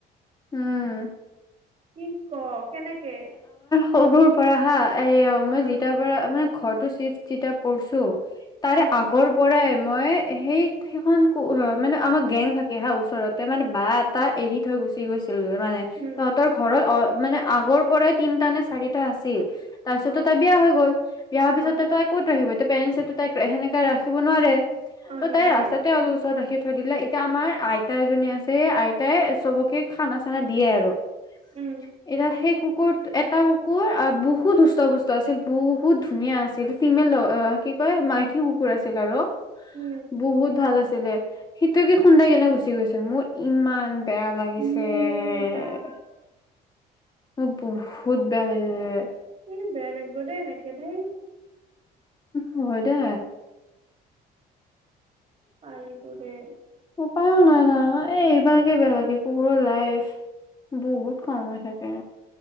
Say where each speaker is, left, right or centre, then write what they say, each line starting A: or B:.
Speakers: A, on the left; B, on the right.
A: উম,
B: কি ক কেনেকে?
A: সগোৰ পৰাহা, আইয়ো মই
B: হা
A: জিতাৰ পৰা মানে, ঘৰতো চিফ্ট যিটা পৰ্চো। তাৰে
B: উম,
A: আগৰ পৰাই, মই সেই সেইখন ক অ', মানে আমাৰ গেং থাকে হা, ওচৰতে মানে, বাহ এটা
B: উম,
A: এৰি থৈ গৈছে। <unintelligible> মানে
B: উম।
A: তহঁতৰ ঘৰত অ', মানে আগৰ পৰাই তিনটা নে চাৰিটা আছিল। তাৰ পিছততো
B: অ',
A: তাই বিয়া হৈ গ'ল। বিয়া হোৱাৰ পিছত
B: অ',
A: ত -তাই কত আহিব। পেৰেণ্টচে টো তাইক সেনেকে ৰাখিব নোৱাৰে।
B: অ', নিদিয়ে
A: তাই ৰাস্তাতে অ', ওচৰত ৰাখি, থৈ দিলে এতিয়া আমাৰ আইতা এজনী আছে আইতাই চবক, কে খানা- চানা দিয়ে আৰু। এতিয়া
B: উম,
A: সেই কু, কুকুৰ, এটা কুকুৰ বহুত সুস্থ পুষ্ট আছিল বহুত ধুনীয়া আছিল ফিমেল কি কয় মাইকী কুকুৰ আছিল আৰু।
B: উম।
A: বহুত ভাল আছিল। ছিলে সেইটোকে খুন্দাই কেনে গুচি গৈছে মোৰ ইমান বেয়া, চে, অ',
B: ইয়ে ৰাম
A: - বহুত বেয়া লাগিলে।
B: এ বেয়া লাগিব দেই এনেকে ধেই
A: হয় দে
B: পাৰিলো দে
A: উপায়ো নাই না এই এইবাৰকে বেয়া লাগে কুকুৰৰ লাইফ বহুত কম হৈ থাকে